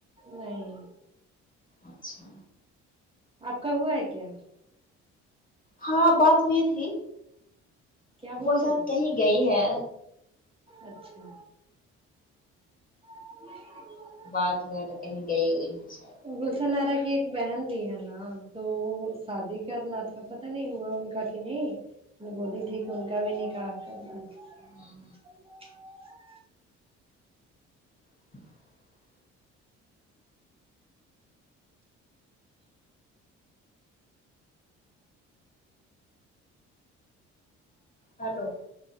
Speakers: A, on the right (about 15°); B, on the left (about 25°).
A: نہیں
B: اچھا
A: آپ کا ہوا ہے کیا
B: ہاں بات ہوئی تھی
A: کیا بول
B: وہ
A: رہی
B: شاید
A: تھی
B: کہیں گئی ہے
A: اچھا <inaudible>
B: بات ہوا تو کہیں گئی ہوئی ہے شاید
A: گلشن ارا کی ایک بہن بھی ہے نا تو شادی کرنا تھا پتا نہیں ہوا ان کا کی نہیں نے بولی تھی کہ ان کا بھی نکاح کرنا ہے
B: ہاں
A: <inaudible>
B: <inaudible> ہلو